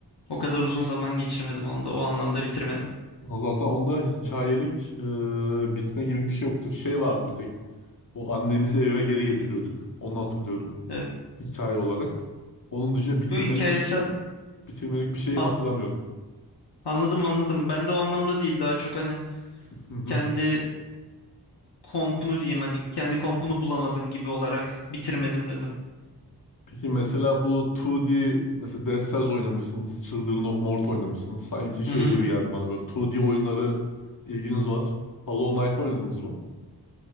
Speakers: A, on the left; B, on the left.
A: O kadar uzun zaman geçirmedim onda. O anlamda bitirmedim.
B: Zaten onda hikayelik e, bitme gibi bir şey yoktu. Şey vardı bir tek. O annemizi eve geri getiriyorduk. Onu hatırlıyorum.
A: Evet.
B: Hikaye olarak. Onun dışında bitirmelik
A: Yo hikayesel
B: bitirmelik bir şey
A: a-
B: hatırlamıyorum.
A: Anladım anladım. Ben de o anlamda değil. Daha çok hani
B: <laughs>
A: kendi kompunu diyeyim hani kendi kompunu bulamadın gibi olarak bitirmedim dedim.
B: Peki mesela bu 2D mesela Dead Cells oynamışsınız, Children of Mort oynamışsınız. Sanki şey
A: Hı hı.
B: gibi geldi bana böyle 2D oyunları ilginiz var. Hollow Knight oynadınız mı?